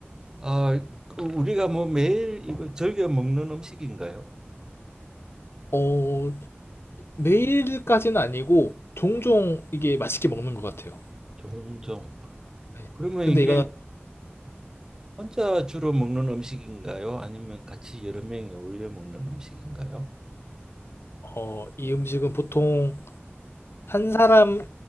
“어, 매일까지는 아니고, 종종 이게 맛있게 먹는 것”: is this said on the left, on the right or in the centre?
Left